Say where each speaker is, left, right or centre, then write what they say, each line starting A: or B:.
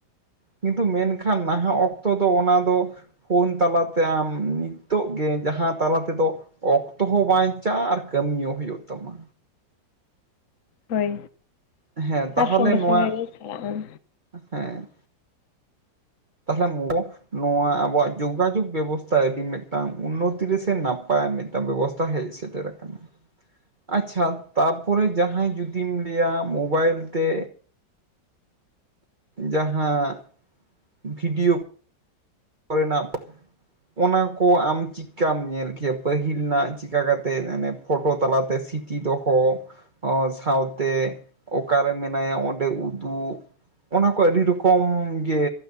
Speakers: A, on the right; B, on the left.
A: ᱠᱤᱱᱛᱩ ᱢᱮᱱᱠᱷᱟᱱ ᱱᱟᱦᱟᱜ ᱚᱠᱛᱚ ᱫᱚ ᱚᱱᱟ ᱫᱚ ᱯᱷᱳᱱ ᱛᱟᱞᱟᱛᱮ ᱟᱢ ᱱᱤᱛᱚᱜ ᱜᱮ ᱡᱟᱦᱟᱸ ᱛᱟᱞᱟ ᱛᱮᱫᱚ ᱚᱠᱛᱚ ᱦᱚᱸ ᱵᱟᱧᱪᱟᱜ ᱟᱨ ᱠᱟᱹᱢᱤᱭᱳ ᱦᱩᱭᱩᱜ ᱛᱟᱢᱟ᱾
B: ᱦᱳᱭ
A: ᱦᱮᱸ ᱛᱟᱦᱚᱞᱮ
B: ᱟᱨ ᱥᱚᱸᱜᱮ
A: ᱱᱚᱣᱟ
B: ᱥᱚᱸᱜᱮ ᱜᱮ ᱪᱟᱞᱟᱜᱼᱟᱢ᱾
A: ᱦᱮᱸ ᱛᱟᱦᱞᱮ ᱢᱚᱼᱼ ᱱᱚᱣᱟ ᱟᱵᱚᱣᱟᱜ ᱡᱳᱜᱟᱡᱳᱜᱽ ᱵᱮᱵᱚᱥᱛᱷᱟ ᱟᱹᱰᱤ ᱢᱤᱫᱴᱟᱝ ᱩᱱᱱᱚᱛᱤ ᱨᱮᱥᱮ ᱱᱟᱯᱟᱭ ᱢᱤᱫᱼᱼ <unintelligible> ᱵᱮᱵᱚᱥᱛᱟ ᱦᱮᱡ ᱥᱮᱴᱮᱨ ᱟᱠᱟᱱᱟ
B: <inaudible>
A: ᱟᱪᱪᱷᱟ ᱛᱟᱯᱚᱨᱮ ᱡᱟᱦᱟᱸᱭ ᱡᱩᱫᱤᱢ ᱞᱮᱭᱟ ᱢᱳᱵᱟᱭᱤᱞ ᱛᱮ ᱡᱟᱦᱟᱸ ᱵᱷᱤᱰᱤᱭᱳ ᱨᱮᱱᱟᱜ ᱚᱱᱟ ᱠᱚ ᱟᱢ ᱪᱤ ᱪᱤᱠᱟᱢ ᱧᱮᱞ ᱠᱮᱭᱟ ᱯᱟᱹᱦᱤᱞ ᱨᱮᱱᱟᱜ ᱪᱤᱠᱟ ᱠᱟᱛᱮ ᱮᱱᱮ ᱯᱷᱳᱴᱳ ᱛᱟᱞᱟᱛᱮ ᱥᱤᱛᱤ ᱫᱚᱦᱚ ᱚ ᱥᱟᱶᱛᱮ ᱚᱠᱟᱨᱮ ᱢᱮᱱᱟᱭᱟ ᱚᱸᱰᱮ ᱩᱫᱩᱜ ᱚᱱᱟ ᱠᱚ ᱟᱹᱰᱤ ᱨᱚᱠᱚᱢ ᱜᱮ